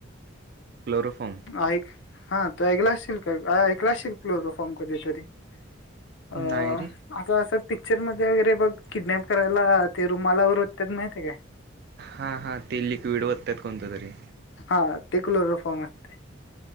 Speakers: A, on the right (about 50°); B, on the left (about 65°).
A: क्लोरोफॉर्म
B: ऐक हा तो ऐकलाशील का ऐकलाशील क्लोरो फॉर्म कधी तरी. अ
A: नाही रे
B: आता अस पिक्चर मध्ये वगैरे बग किडनॅप करायला ते रुमालावर वोत्यात माहितीय काय?
A: हा हा ते लिक्विड वोत्यात कोणत तरी.
B: हा ते क्लोरोफॉर्म असतय.